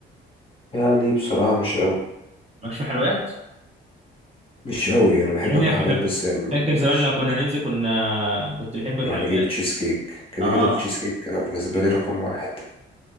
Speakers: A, on the left; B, on the right.
A: يعني بصراحة مش قوي
B: مالكش في الحلويات
A: مش قوي يعني بحب
B: يعني
A: اكل
B: انا كنا
A: حلويات بس يعني
B: فاكر زمان
A: مش
B: لما كنا ننزل كنا كنت بحب الحلويات
A: نروح نجيب تشيز كيك كده
B: اه
A: كده التشيز كيك انا بالنسبه لي رقم واحد